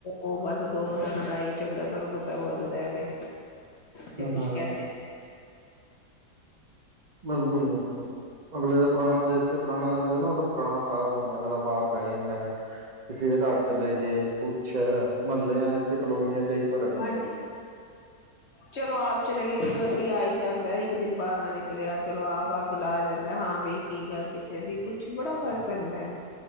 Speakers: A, on the left; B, on the right.
A: ਓ ਬੱਸ ਦੋ ਦਾ ਲੜਾਈ-ਝਗੜਾ ਤੁਆਨੂੰ ਪਤਾ ਵੱਦਦਾ ਐਵੇ। ਤੇ ਕੁਛ
B: ਹਾਂ
A: ਕੈਂਦੇ ਨੇ
B: ਬਿਲਕੁਲ-ਬਿਲਕੁਲ, ਅਗਲੇ ਦਾ ਪਰਾਣਾ ਜੇ ਏਥੇ ਪਰਾਣਾ ਰੈਂਦਾ ਨਾ ਓਦਾ ਪਰਾਣਾ ਸਾਥ ਹੁੰਦਾ ਅਗਲਾ ਬਾਰ ਬੈ ਜਾਂਦੈ। ਕਿਸੇ ਦੇ ਘਾਰ ਚਲੇ ਗਏ ਕੁਛ ਐ, ਮ੍ਹਲੇਆਂ ਚ ਕਲੋਨੀਆਂ ਚ ਐਈ ਫਰਕ ਹੁੰਦੈ।
A: ਹਾਂਜੀ ਚਲੋ ਆਪ ਚਲੇ ਗਏ ਕਈ ਵਾਰ ਕੋਈ ਆਈ ਜਾਂਦੈ ਇੱਕ ਦਿਨ ਬਾਰ ਨਾ ਨਿਕਲੇਆ ਚਲੋ ਆਪ ਅੱਗਲਾ ਜਾਂਦਾ ਹਾਂ ਬਈ ਕਿ ਗੱਲ ਕਿੱਥੇ ਸੀ ਕੁੱਛ ਬੜਾ ਫ਼ਰਕ ਪੈਂਦੈ,